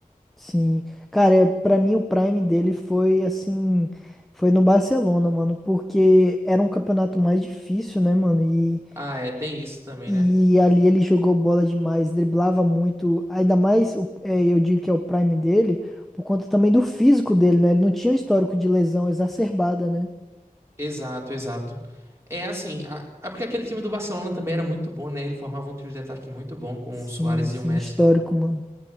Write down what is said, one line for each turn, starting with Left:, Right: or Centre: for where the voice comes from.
Centre: Sim. Cara, é- pra mim o prime dele foi assim, foi no Barcelona, mano, porque era um campeonato mais difícil, né, mano? E,
Right: Ah, é, tem isso também,
Centre: e
Right: né?
Centre: ali ele jogou bola demais, driblava muito, ainda mais, o- é, eu digo que é o prime dele, por conta também do físico dele, né? Ele não tinha um histórico de lesão exacerbada, né?
Right: Exato, exato. É assim, a- é porque aquele time do Barcelona também era muito bom, né? Ele formava um trio de ataque muito bom com
Centre: Sim,
Right: o Suárez
Centre: sim,
Right: e o Messi.
Centre: histórico, mano.